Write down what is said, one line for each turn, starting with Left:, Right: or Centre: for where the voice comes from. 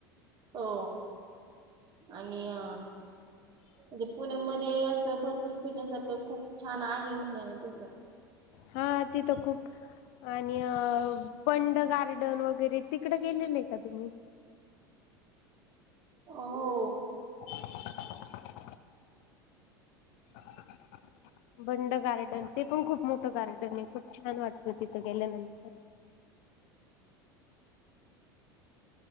Right: हो आणि अ म्हणजे पुणेमध्येध्ये भरपूर फिटण्यास सारखं खूप छान आहे म्हणाला तसं
Left: हा तिथ खूप आणि बंड गार्डन वगैरे तिकडे गेलेलं आहे का तुम्ही?
Right: अ हो.
Left: <inaudible> <inaudible> बंड गार्डन. ते पण खूप मोठं गार्डने. खूप छान वाटतं तिथं गेल्यानंतर.